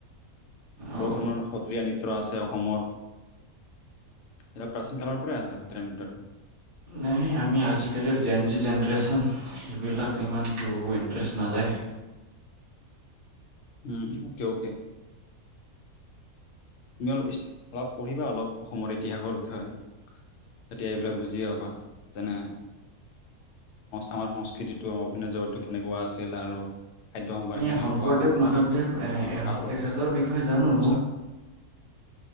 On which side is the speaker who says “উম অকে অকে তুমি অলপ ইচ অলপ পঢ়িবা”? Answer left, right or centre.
Left